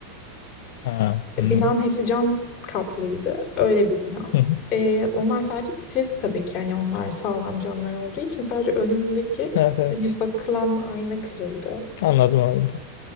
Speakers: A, on the left; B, on the left.
A: Ha, anladım.
B: E, Binanın hepsi cam kaplıydı. Öyle bir bina.
A: Hı hı.
B: Ee, onlar sadece titredi tabii ki. Yani onlar sağlam camlar olduğu için sadece önümdeki
A: Evet evet.
B: hani bakılan ayna kırıldı.
A: Anladım anladım.